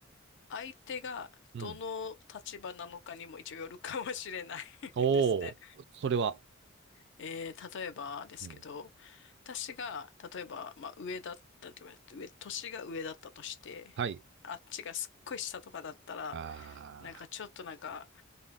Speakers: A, on the left; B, on the right.
A: 相手がどの立場なのかにも一応よるかもしれない
B: うん。おお、
A: <laughs> ですね。
B: それは。
A: <laughs> えー、例えばですけど、
B: うん。
A: 私が、例えば、まあ、上だったって言われて、上、年が上だったとして、
B: はい。
A: あっちがすっごい下とかだったら、
B: あ
A: なんかちょっとなんか、